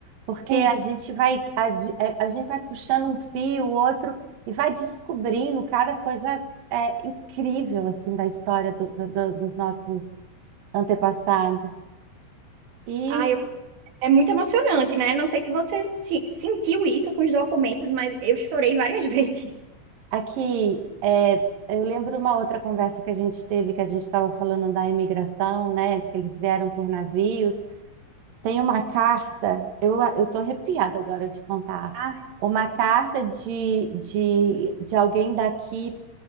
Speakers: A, on the right; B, on the right.
A: porque
B: É.
A: a gente vai, a, di- é, a gente vai puxando um fio, o outro, e vai descobrindo cada coisa é, incrível, assim, da história do- do- do- dos nossos antepassados. E
B: Ah, eu- é muito emocionante, né? Não sei se você se- sentiu isso com os documentos, mas eu chorei várias <laughs> vezes.
A: aqui, é, eu lembro uma outra conversa que a gente teve, que a gente estava falando da imigração, né? Que eles vieram por navios. Tem uma carta, eu, eu tô arrepiada agora de contar.
B: Ai.
A: Uma carta de, de, de alguém daqui